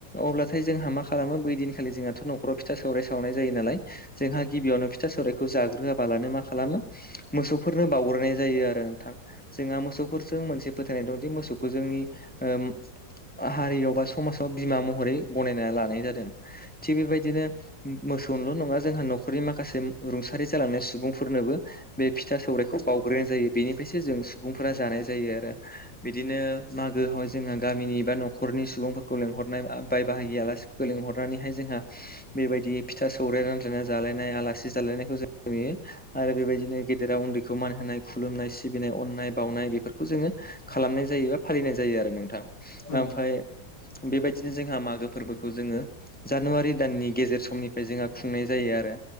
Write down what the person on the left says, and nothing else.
ओ
नोंथां औ